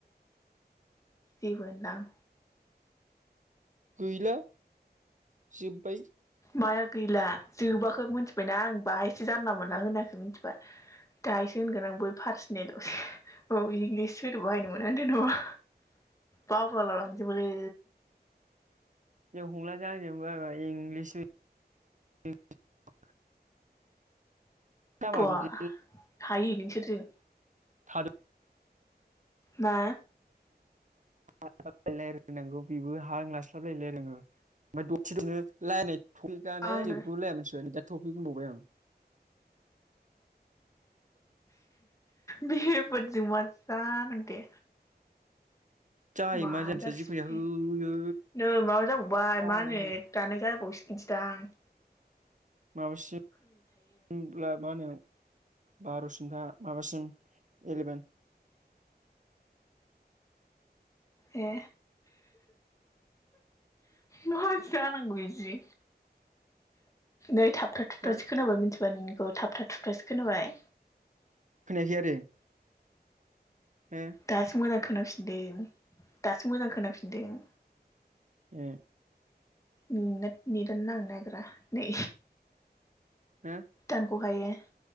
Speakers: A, on the left (about 20°); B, on the right (about 45°).
A: जेबो होनलां
B: गैला जोब्बाय
A: माया गैला जोबाखो मिथिबायना आं बाहायसो जानला मोनला होनाखो मिथिबाय दाहायसो होनगोन आं बै पार्सनेलावसो औ इंलिस सोदोब बाहायनो मोना होनदों नामा बावलाला लांजोबोलै
B: जों हमलाजों आंजोंबो इंलिसनि <unintelligible> जाबा
A: बवा
B: बिदि
A: हायो नोंसोरजों
B: थादों
A: मा
B: <unintelligible> बेबो हा लास्लाबलायलाय रोङो ओमफ्राय दसे दङो
A: आंनो
B: रायलाय <unintelligible> टपिक होनबावबाय आं
A: बे बादि जों मा जानांगौ दे
B: जायो
A: मा
B: जानोसै
A: जाखोसै
B: जिखुनु जाया होयो
A: बेलाय नै माबा जाबावबाय
B: फाग्लासो
A: मा होनो दानाय जाबावसि मिनथिदां
B: माबासिमब्ला मा होनो बार'सिमथा माबासिम इलेभेन
A: ए मा जानांगौ बिदिजों नै थाबथा थुबुथासो
B: हो
A: खोनाबाय मिथिबाय नोंनि खौ थाबथाब थुुबथासो खोनाबाय
B: खोनायाखै आरो हो
A: दासो मोजां खोनाफिनदों दासो मोजां खोनाफिनदों
B: ओ
A: नोंना नेट आनो नांनोनागिरा नै
B: हो
A: दानख खायो